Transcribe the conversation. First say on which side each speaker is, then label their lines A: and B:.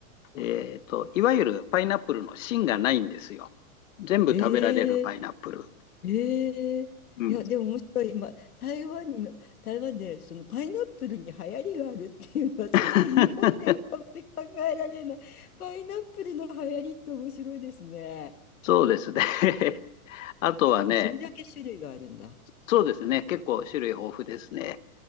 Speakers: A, on the left; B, on the left.
A: えーと、いわゆるパイナップルの芯がないんですよ。全部食べられるパイナップル。
B: ええええいや、
A: うん、
B: でも面白い。今、台湾に、台湾で、そのパイナップルに流行りがあるっていうのは、ちょっと日本ではあんまり考えられない。
A: <laughs>
B: パイナップルの流行りって面白いですね。
A: そうですね。<laughs> あとはね、
B: それだけ種類があるんだ。
A: そうですね。結構種類豊富ですね。